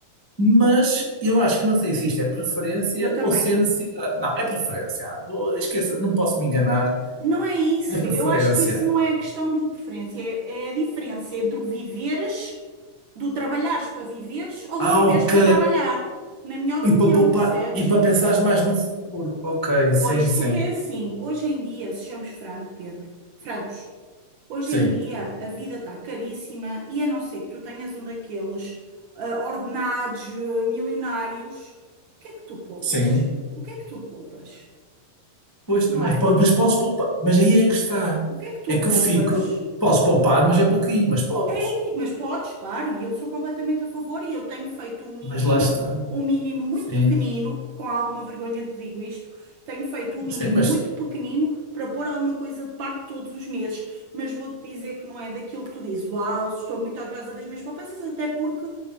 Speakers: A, on the left; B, on the right.
A: mas eu acho que não sei se isto é preferência
B: Eu também.
A: ou se é necessidade. Não, é preferência. Ah, vou- Esqueça, não posso me enganar.
B: Não é isso.
A: É preferência.
B: Eu acho que isso não é a questão do preferência. É, é a diferença entre o viveres, do trabalhares para viveres ou
A: Ah,
B: do viveres
A: ok.
B: para trabalhar. Na minha opinião,
A: E para poupar,
B: percebes?
A: e para pensar mais no futuro. Ok,
B: Pois,
A: sim, sim.
B: porque é assim. Hoje em dia, sejamos franco, Pedro, francos. Hoje
A: Sim,
B: em dia a vida está caríssima e a não ser que tu tenhas um daqueles ah, ordenados eh, milionários, o que é que tu poupas?
A: sim.
B: O que é que tu poupas?
A: Pois,
B: Não
A: mas,
B: é?
A: po- mas podes poupar. Mas aí é que está.
B: O que é que tu
A: É que
B: poupas?
A: eu fico. Posso poupar, mas é pouquinho, mas podes.
B: Sim, mas podes, claro, e eu sou completamente a favor e eu tenho feito um mínimo,
A: Mas lá está.
B: um mínimo muito
A: Sim.
B: pequenino, com alguma vergonha te digo isto, tenho feito um mínimo
A: Sim, mas.
B: muito pequenino para pôr alguma coisa de parte todos os meses, mas vou-te dizer que não é daquilo que tu dizes, uau, estou muito orgulhosa das minhas poupanças, até porque,